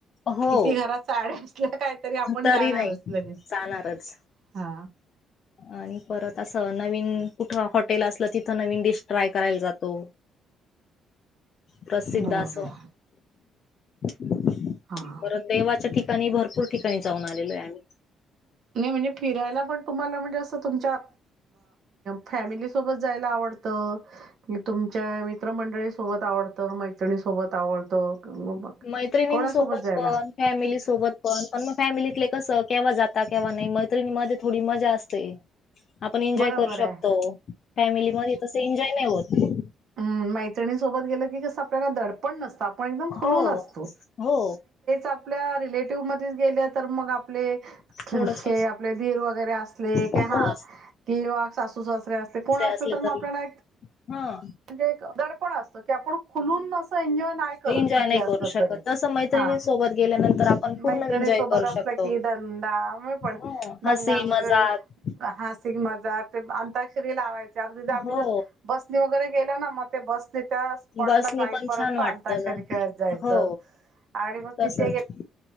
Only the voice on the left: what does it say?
हो
तरी
नाही
जाणारच.
आणि परत असं नवीन कुठ हॉटेल असलं तिथं नवीन डिश ट्राय करायला जातो प्रसिद्ध
असो परत
देवाच्या ठिकाणी भरपूर ठिकाणी जाऊन आलेलो आहे आम्ही
मैत्रिणीं
सोबत
पण
फॅमिली सोबत पण पण मग फॅमिलीत कस केव्हा जाता केव्हा नाही मैत्रिणीमध्ये थोडी मजा असते आपण एन्जॉय
करू शकतो
फॅमिलीमध्ये तस एन्जॉय नाही होत
हो हो
थोडस
हो
असले
तरी
हा
एन्जॉय
नाही
करू शकत
तसं मैत्रिणी
सोबत गेल्यानंतर आपण पूर्ण
एन्जॉय
करू
शकतो
हो
हसी
मजाक
हो
बसनी
पण छान वाटत
हो
तसच